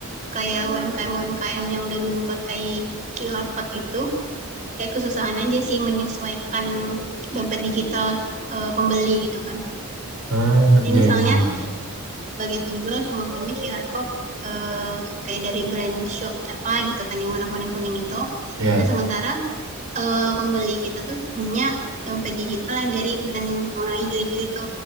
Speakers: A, on the right (about 35°); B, on the right (about 85°).
A: kayak UMKM-UMKM yang udah dulu pakai QR code itu kayak kesusahan aja sih menyesuaikan dompet digital eh, pembeli gitu kan.
B: oh,
A: Jadi
B: iya,
A: misalnya
B: iya, iya,
A: sebagai penjual cuma punya QR code eh, kayak dari brand shop apa gitu kan yang warna kuning-kuning itu.
B: Iya.
A: Nah sementara eh, pembeli kita tuh punya dompet digital yang dari brand yang warna hijau-hijau itu.